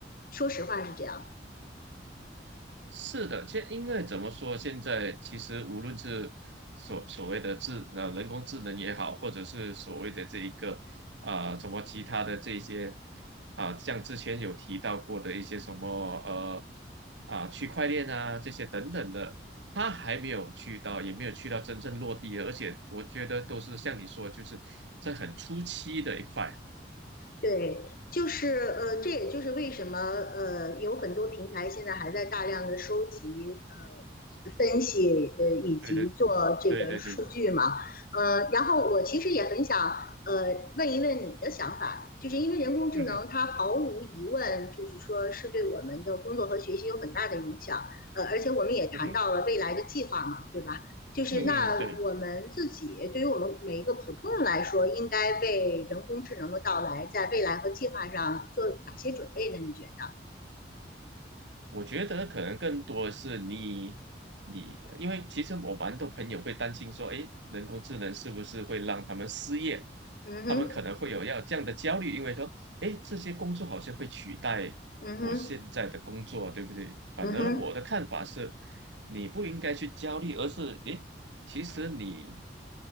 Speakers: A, on the left; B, on the right.
A: 说实话是这样。
B: 是的，现因为怎么说，现在其实无论是所所谓的智呃人工智能也好，或者是所谓的这一个啊、什么其他的这一些啊、像之前有提到过的一些什么呃啊、区块链啊这些等等的，它还没有去到，也没有去到真正落地的，而且我觉得都是像你说，就是在很初期的一块。
A: 对，就是呃，这也就是为什么呃，有很多平台现在还在大量的收集呃分析呃以及做这个数据嘛，
B: 对对对对对，
A: 呃，然后我其实也很想呃问一问你的想法，就是因为人工智能它毫无疑问就是说是对我们的工作和学习有很大的影响，
B: 嗯哼
A: 呃，而且我们也谈到了未来的计划嘛，
B: 嗯哼
A: 对吧？就是那我们自己，
B: 嗯哼，对。
A: 对于我们每一个普通人来说，应该为人工智能的到来，在未来和计划上做哪些准备呢？你觉得？
B: 我觉得可能更多的是你，你，因为其实我蛮多朋友会担心说，诶，人工智能是不是会让他们失业？
A: 嗯哼，
B: 他们可能会有要这样的焦虑，因为说，诶，这些工作好像会取代我现在的工作，
A: 嗯哼，
B: 对不对？反而我的看法是，
A: 嗯哼，
B: 你不应该去焦虑，而是，诶，其实你